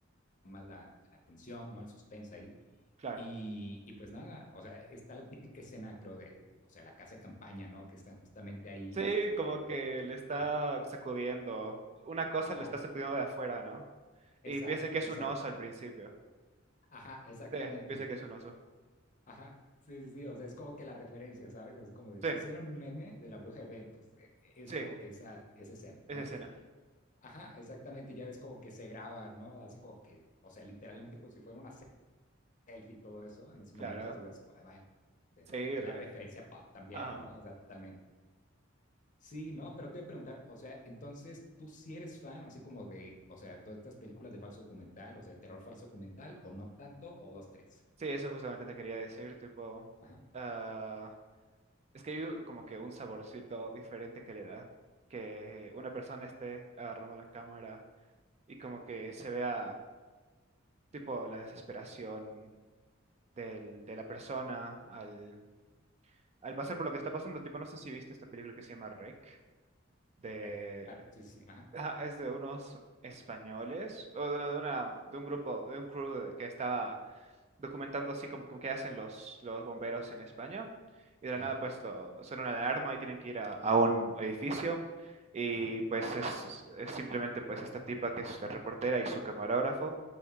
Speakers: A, on the left; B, on the right.
A: más la, la tensión, ¿no? El suspenso ahí.
B: Claro.
A: Y, y, pues nada, o sea, está la típica escena, creo, de, o sea, la casa de campaña, ¿no? Que están justamente ahí,
B: Sí,
A: este, te
B: como
A: digo,
B: que le está
A: ajá,
B: sacudiendo. Una cosa
A: ajá,
B: le está sacudiendo de afuera, ¿no?
A: exacto,
B: Y piensan que es
A: exacto,
B: un oso al principio.
A: ajá, exactamente,
B: Sí, piensan
A: sí,
B: que es
A: sí,
B: un
A: sí.
B: oso.
A: Ajá, sí, sí, sí, o sea, es como que la referencia, ¿sabes? Así como de
B: Sí,
A: si hicieron un meme de la bruja de Blair, pues eh, es
B: sí,
A: como que esa, esa escena,
B: esa
A: ¿no?
B: escena,
A: Ajá, exactamente, y ya ves como que se graba, ¿no? Así como que, o sea, literalmente como si fuera una selfie y todo eso en esos
B: claro.
A: momentos, y es así, como, ah, va, de- de-
B: Sí,
A: es
B: re.
A: la referencia pop también,
B: Ajá.
A: ¿no? O sea, totalmente. Sí, ¿no? Pero te iba a preguntar, o sea, entonces, ¿tú sí eres fan así como de, o sea, todas estas películas de falso documental, o sea, de terror falso documental, o no tanto, o dos, tres?
B: Sí, eso justamente te quería decir, tipo,
A: Ajá,
B: ah, es que hay u- como que un saborcito diferente que le da que
A: ajá.
B: una persona esté agarrando la cámara y como que se vea, tipo, la desesperación del, de la persona al, al pasar por lo que está pasando. Tipo, no sé si viste esta película que se llama Rec, de,
A: Rec, claro, sí, sí, sí, ajá,
B: ajá, es de unos españoles, o de, no, de una, de un grupo, de un crew de- que estaba documentando así como, como qué hacen los, los bomberos en España. Y de la
A: ajá.
B: nada, pues, lo, son una alarma y tienen que ir a, a un edificio. Y
A: Ajá.
B: pues es, es simplemente pues esta tipa que es la reportera y su camarógrafo.